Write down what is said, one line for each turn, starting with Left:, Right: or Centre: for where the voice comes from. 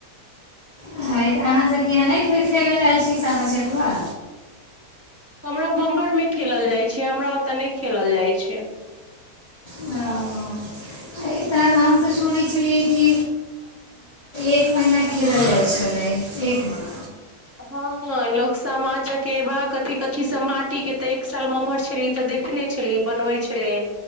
Left: अहाँसभके यहाँ नय खेलऽ जाइ छी सामा चकेबा
Right: हमरा मम्हर में खेलल जाइ छै हमरा ओते नहि खेलल जाइ छै <inaudible>
Left: ओ, हइ तऽ हम तऽ सुनै छलियै कि एक महीना खेल छलै एक महीना
Right: हँ लोग सामा चकेवाथी कथी सब माटी के ते एक साल में उम्हर छली तऽ देखने छलियै बनबै छलै